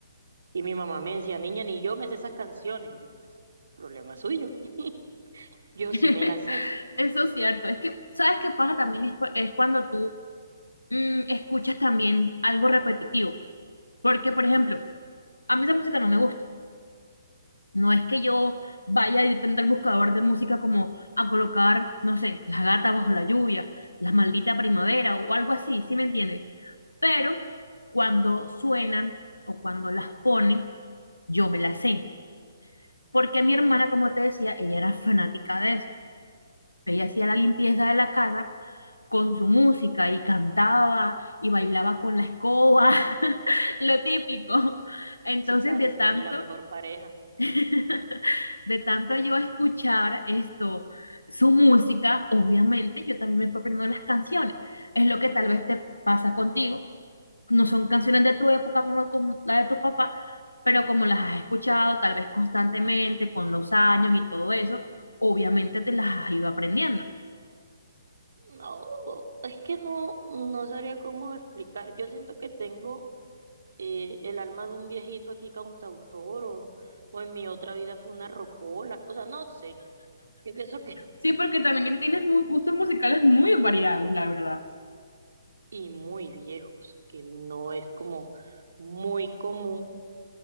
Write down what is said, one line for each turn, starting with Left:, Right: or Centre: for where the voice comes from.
Right: Y mi mamá me decía, niña, ni yo me sé esas canciones. Y yo, pues, problema suyo. <laughs> Yo
Left: <laughs>
Right: sí me las sé.
Left: Eso es cierto. Es que, ¿sabes qué pasa también? Es, cu- es cuando tú mm, escuchas también algo repetitivo. Porque, por ejemplo, a mí esa música no me gusta. No es que yo vaya directamente al buscador de música como a colocar, no sé, La gata bajo la lluvia, La maldita primavera o algo así, ¿sí me entiendes? Pero cuando suenan o cuando las ponen, yo me las sé. Porque mi hermana, como te decía, ella era fanática de eso. Ella hacía la limpieza de la casa con su música y cantaba y bailaba con la escoba, <laughs> lo típico. Entonces,
Right: Sí, claro,
Left: de
Right: es
Left: tanto,
Right: la mejor pareja.
Left: <laughs> de tanto yo escuchar esto, su música, obviamente yo también me fui aprendiendo las canciones. Es lo que tal vez te pasa contigo. No son canciones de tu época como, como la de tu papá, pero como las has escuchado tal vez constantemente, con los años y todo eso, obviamente te las has ido aprendiendo.
Right: No, es que no, no sabría cómo explicar. Yo siento que tengo eh, el alma de un viejito aquí cantautor o, o en mi otra vida fue una rocola. O sea, no sé. Yo pienso que,
Left: Sí, porque también tienes muy, gustos musicales muy variados, la verdad.
Right: y muy viejos, que no es como muy común